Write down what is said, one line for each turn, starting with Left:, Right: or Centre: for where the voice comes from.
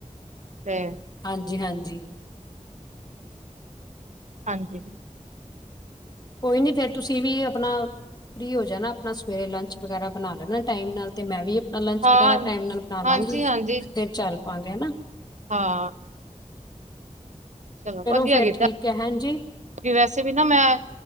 Right: ਤੇ-
Left: ਹਾਂਜੀ-ਹਾਂਜੀ।
Right: ਹਾਂਜੀ
Left: ਕੋਈ ਨੀ ਫੇਰ ਤੁਸੀਂ ਵੀ ਆਪਣਾ- ਫਰੀ ਹੋ ਜਾਣਾ ਆਪਣਾ ਸਵੇਰੇ ਲੰਚ ਵਗੈਰਾ ਬਣਾ ਲੈਣਾ ਟਾਈਮ ਨਾਲ ਤੇ ਮੈਂ ਵੀ- ਨਾਲ ਲੰਚ
Right: ਹਾਂ,
Left: ਵਗੈਰਾ ਟਾਈਮ ਨਾਲ ਬਣਾ
Right: ਹਾਂਜੀ-ਹਾਂਜੀ,
Left: ਲਾਂਗੀ ਫੇਰ ਚੱਲ ਪਾਂਗੇ ਹੇਨਾ।
Right: ਹਾਂ ਚਲੋ ਵਧੀਆ
Left: ਫੇਰ
Right: ਕੀਤਾ
Left: ਠੀਕ ਹੈ ਹਾਂਜੀ
Right: ਵੈਸੇ ਵੀ ਨਾ ਮੈਂ-